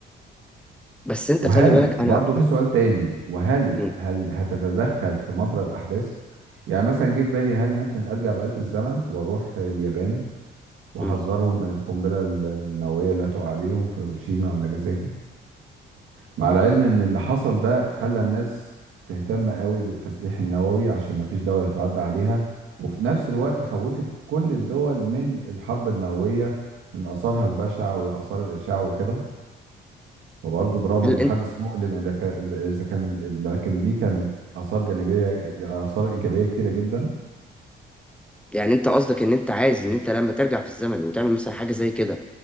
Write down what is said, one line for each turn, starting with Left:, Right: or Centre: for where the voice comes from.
Centre: بس أنت
Right: وهل
Centre: خلي بالك
Right: برضو
Centre: أنا
Right: في سؤال تاني وهل
Centre: مم.
Right: هل هتتدخل في مجرى الاحداث يعني مثلا جه في بالي هل ممكن ارجع بآلة الزمن واروح اليابان وحذرهم
Centre: مم.
Right: من القنبلة النووية اللي هتقع عليهم في هيروشيما وناجازاكي مع العلم ان اللي حصل ده خلى الناس تهتم قوي بالتسليح النووي عشان ما فيش دولة تعدى عليها وفي نفس الوقت خوفت كل الدول من الحرب النووية من آثارها البشعة وآثار الإشعاع وكده فبرضه برغم
Centre: هل
Right: إنه
Centre: أنت
Right: حادث مؤلم إذا كان إذا إذا كان لكن دي كان آثار جانبية آثار إيجابية كتيرة جدا
Centre: يعني أنت قصدك إن أنت عايز إن أنت لما ترجع في الزمن وتعمل مثلا حاجة زي كده